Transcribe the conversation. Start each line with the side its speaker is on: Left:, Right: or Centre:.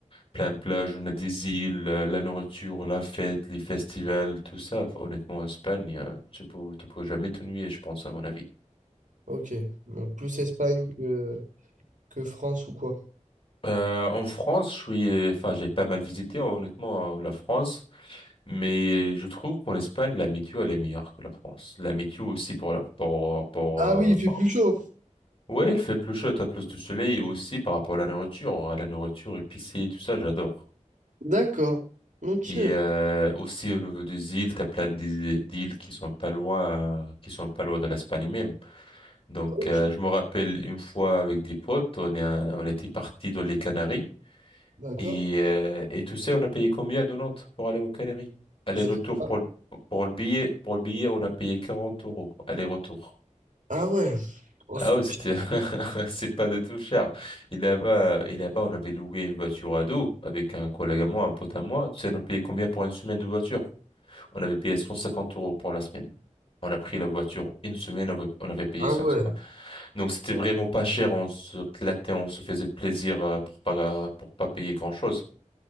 Left: plein de plages, on a des îles, euh, la nourriture, la fête, les festivals, tout ça. Enfin, honnêtement, en Espagne, euh, tu peux, tu peux jamais t'ennuyer, je pense, à mon avis.
Right: Ok. Donc plus Espagne que, que France ou quoi?
Left: Euh, en France, je suis, enfin, j'ai pas mal visité, honnêtement, euh, la France. Mais je trouve qu'en Espagne, la météo, elle est meilleure que la France. La météo aussi pour la, pour, pour,
Right: Ah
Left: euh,
Right: oui, il fait
Left: par-
Right: plus chaud.
Left: Ouais, elle fait plus chaud, t'as plus de soleil et aussi par rapport à la nourriture, à la nourriture épicée, tout ça, j'adore.
Right: D'accord. Ok.
Left: Et euh, aussi au niveau des îles, t'as plein d'îles d'îles qui sont pas loin, euh, qui sont pas loin de l'Espagne même. Donc,
Right: Ok.
Left: euh, je me rappelle une fois avec des potes, on est, on était partis dans les Canaries.
Right: D'accord?
Left: Et, euh, et tu sais, on a payé combien de Nantes pour aller aux Canaries? Aller-retour
Right: Je- Ah,
Left: pour le, pour le billet, pour le billet, on a payé 40 euros. Aller-retour.
Right: ah ouais. Oh, c'est-
Left: Ah ouais, c'était, <laughs> c'est pas du tout cher. Et là-bas, et là-bas, on avait loué une voiture à dos avec un collègue à moi, un pote à moi. Tu sais, on a payé combien pour une semaine de voiture? On avait payé 150 euros pour la semaine. On a pris la voiture une semaine, on avait on avait payé
Right: ah
Left: 150.
Right: ouais.
Left: Donc c'était vraiment pas cher, on se clatait, on se faisait plaisir euh, pour pas, pour pas payer grand-chose.